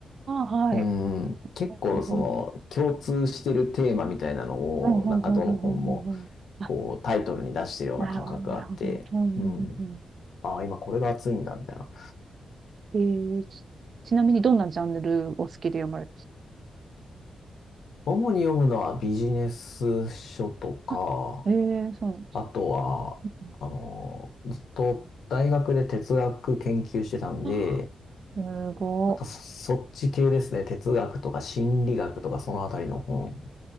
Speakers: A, on the right; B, on the left.
A: あ、はい。
B: うん、結構その共通してるテーマみたいなのを、
A: うんうん。うんうんうんうんうんうんうんうんあ、
B: なんかどの本もこうタイトルに出してるような感覚があって、
A: なるほど、なるほど。うんうんうんうん。
B: うん。ああ、今これが熱いんだみたいな。
A: えー、ちちなみにどんなジャンルを好きで読まれ
B: 主に読むのはビジネス書とか、
A: ますかあ、えー、そうなんです
B: あとは、
A: ねうん
B: あの、ずっと大学で哲学研究してたんで、
A: あすご
B: なんかそ、そっち系ですね。哲学とか心理学とかそのあたりの本、